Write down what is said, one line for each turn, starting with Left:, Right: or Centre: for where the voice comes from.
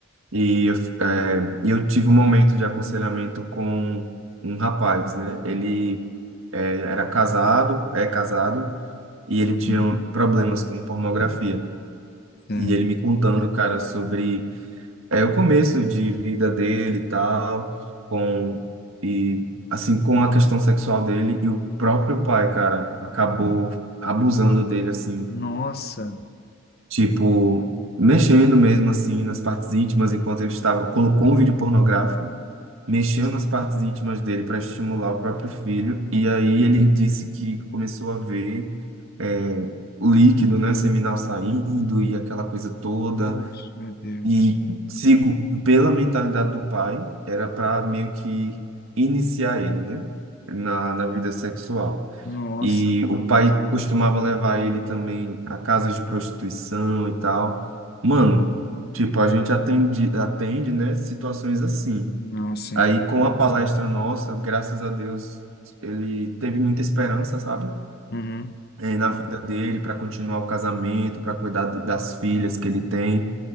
Right: E eu, f- eh, e eu tive um momento de aconselhamento com um rapaz, né? Ele eh, era casado, é casado, e ele
Left: uhum,
Right: tinha problemas com pornografia.
Left: sim.
Right: E ele me contando, cara, sobre eh, o começo de vida dele e tal, com, e assim, com a questão sexual dele, e o próprio pai, cara, acabou abusando dele, assim,
Left: Nossa,
Right: tipo, mexendo mesmo, assim, nas partes íntimas, enquanto ele estava, colocou um vídeo pornográfico mexeu nas partes íntimas dele para estimular o próprio filho. E aí ele disse que começou a ver é, o líquido, né, seminal saindo e aquela coisa toda.
Left: nossa, meu Deus.
Right: E sigo, pela mentalidade do pai, era para meio que iniciar ele, né, na, na vida sexual.
Left: Nossa,
Right: E o
Left: cara.
Right: pai costumava levar ele também a casas de prostituição e tal. Mano, tipo, a gente atende, atende, né, situações assim.
Left: Não, sim.
Right: Aí, com a palestra nossa, graças a Deus, ele teve muita esperança, sabe?
Left: Uhum.
Right: Eh, na vida dele, para continuar o casamento, para cuidar de- das filhas que ele tem